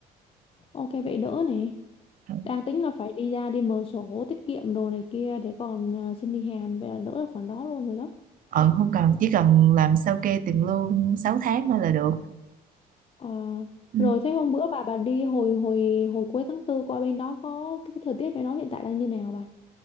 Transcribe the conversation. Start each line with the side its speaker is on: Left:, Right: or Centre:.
Left: ok vậy đỡ này
Right: ừ
Left: đang tính là phải đi ra đi mở sổ tiết kiệm đồ này kia để còn ờ, xin đi Hàn vậy là đỡ được khoản đó luôn rồi đó
Right: ờ, không cần chỉ cần làm sao kê tiền lương 6 tháng thôi là được
Left: Ờ,
Right: ừ.
Left: rồi thế hôm bữa bà bà đi hồi hồi hồi cuối tháng tư qua bên đó có cái thời tiết bên đó hiện tại đang như nào bà?